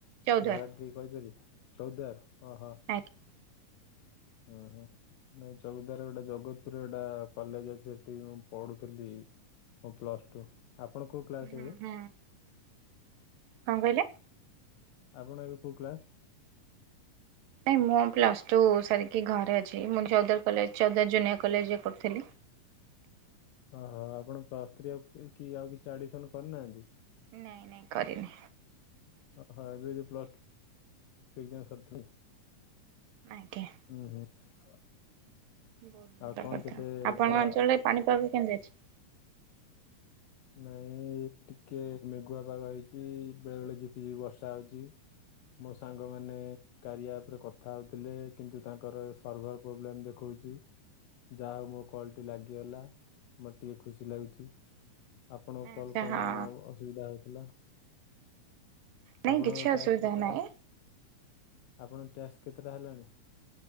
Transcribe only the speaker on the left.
ଜାଗା ଟା ଟିକେ କହିପାରିବି? ଚଉଦାର ଓ ହୋ।
ହୁଁ ହୁଁ। ନାଇ ଚଉଦାର ଗୋଟେ ଜଗତପୁରରେ ଗୋଟା କଲେଜ ଅଛି ସେଠି ମୁଁ ପଢୁଥିଲି। ମୁଁ ପ୍ଲସ ଟୁ, ଆପଣ କୋଉ କ୍ଲାସ
ହେବେ?
ଆପଣ ଏବେ କେଉଁ କ୍ଲାସ୍?
ଓହୋ ଆପଣ ପ୍ଲସ୍ ଥ୍ରୀ ଆଉ କି ଆଉ କିଛି ଆଡମିସନ କରିନାହାନ୍ତି?
ଓ ହ ଏବେ ଯେଉ ପ୍ଲସ୍ ଟୁ ଏକ ଜାମ୍ ସରିଥିଲା।
<inaudible>
ଆଉ କଣ
କେତେ
ଭଲ
ନାଇଁ ଟିକେ ମେଘୁଆ ପାଗ ହେଇଚି, ବେଳେ ବେଳେ ଝିପିଝିପି ବର୍ଷା ହଉଚି। ମୋ ସାଙ୍ଗମାନେ କାରି--ଆପ୍ ରେ କଥା ହଉଥିଲେ, କିନ୍ତୁ ତାଙ୍କର ସର୍ଭର ପ୍ରୋବ୍ଲେମ୍ ଦେଖଉଚି। ଯାହା ହଉ ମୋ କଲ୍ ଟି ଲାଗିଗଲା, ଟିକିେ ଖୁସି ଲାଗୁଚି। ଆପଣଙ୍କ
କଲ୍ କ'ଣ
ଅସୁବିଧା ହଉଥିଲା?
ଆପଣଙ୍କ
ଟ୍ୟାକ୍ସ କେତେଟା?
ଆପଣଙ୍କ ଟ୍ୟାସ୍‌ କେତେଟା ହେଲାଣି?